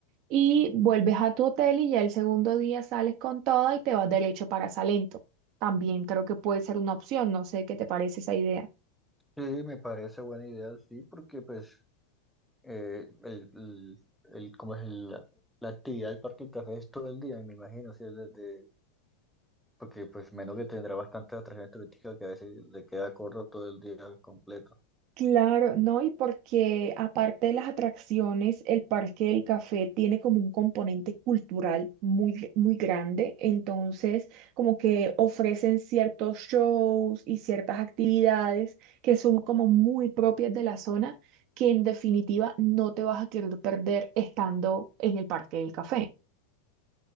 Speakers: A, on the right; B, in the centre.
A: y vuelves a tu hotel y ya el segundo día sales con toda y te vas derecho para Salento. También creo que puede ser una opción, no sé qué te parece esa idea.
B: Sí, me parece buena idea, sí, porque pues eh, el, el, el- como es el- la, la actividad del Parque del Café es todo el día, me imagino, sí, desde, porque pues menos que tendrá bastante atracción turística que a veces le queda corto todo el día completo.
A: Claro, no, y porque aparte de las atracciones, el Parque del Café tiene como un componente cultural muy, muy grande, entonces como que ofrecen ciertos shows y ciertas actividades que son como muy propias de la zona, que en definitiva no te vas a querer perder estando en el Parque del Café.